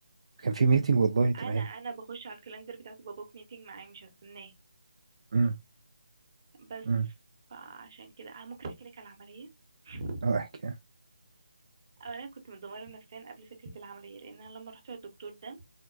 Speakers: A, on the right; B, on the right.
A: كان في ميتنج والله تمام
B: انا انا بخش على الكالندر بتاعته ببوك ميتنج معاه مش هستناه
A: امم
B: بس
A: امم
B: فعشان كده انا ممكن احكي لك على العمليه <laughs>
A: اه احكي اه
B: اولا كنت متدمره نفسيا قبل فكره العمليه لان انا لما رحت للدكتور ده